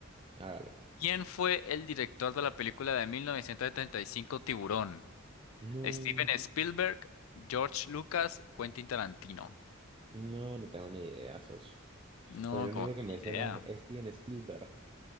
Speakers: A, on the right; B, on the left.
A: Hágale.
B: ¿quién fue el director de la película de 1975 Tiburón?
A: No,
B: ¿Steven Spielberg, George Lucas, Quentin Tarantino?
A: no, no tengo ni idea, socio.
B: No,
A: Pues el único
B: como que
A: que me
B: ni
A: suena
B: idea.
A: es es Steven Spielberg